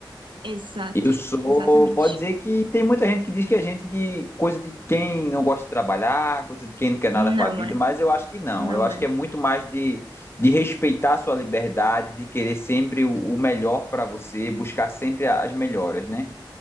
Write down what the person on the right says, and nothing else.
Exato,
exatamente.
Não
é,
não
é.